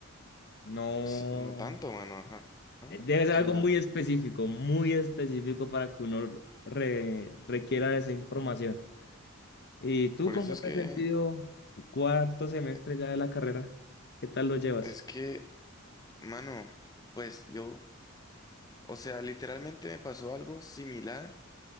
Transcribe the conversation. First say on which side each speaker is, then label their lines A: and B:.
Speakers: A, on the left (about 50°); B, on the left (about 15°).
A: no.
B: sí, no tanto, mano, ajá. ajá.
A: eh, Debe
B: O
A: ser
B: sea,
A: algo muy específico, muy específico para que uno re- requiera esa información. ¿Y tú
B: por
A: cómo
B: eso es
A: te
B: que...
A: has sentido el cuarto semestre
B: eh,
A: ya de la carrera? ¿Qué tal lo llevas?
B: Es que Mano, pues yo, o sea, literalmente me pasó algo similar,